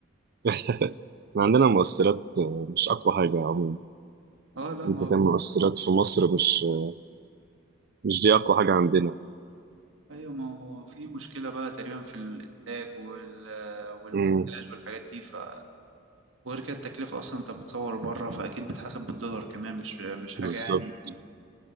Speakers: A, on the right; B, on the right.
A: <laughs> إحنا عندنا مؤثرات آه، مش أقوى حاجة عموما
B: اه لا
A: أنت
B: ما هو
A: كان مؤثرات في مصر مش آه، مش دي أقوى حاجة عندنا
B: ايوه ما هو في مشكله بقى تقريبا في الانتاج وال... والمونتاج
A: مم.
B: والحاجات دي ف وغير كده التكلفه اصلا انت بتصور بره فاكيد بتحسب بالدولار كمان مش مش حاجه
A: بالظبط
B: يعني